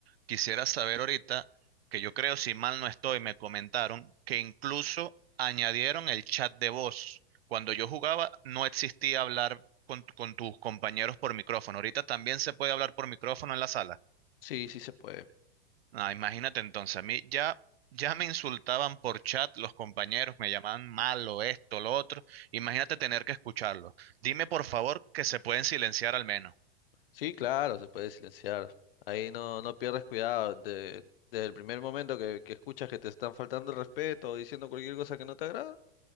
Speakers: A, on the right; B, on the left.
A: quisiera saber ahorita, que yo creo, si mal no estoy, me comentaron que incluso añadieron el chat de voz. Cuando yo jugaba no existía hablar con, tu- con tus compañeros por micrófono. Ahorita también se puede hablar por micrófono en la sala.
B: Sí, sí se puede.
A: Ah, imagínate entonces, a mí ya, ya me insultaban por chat los compañeros, me llamaban malo, esto, lo otro. Imagínate tener que escucharlo. Dime por favor que se pueden silenciar al menos.
B: Sí, claro, se puede silenciar. Ahí no, no pierdes cuidado. De, desde el primer momento que, que escuchas que te están faltando el respeto o diciendo cualquier cosa que no te agrada,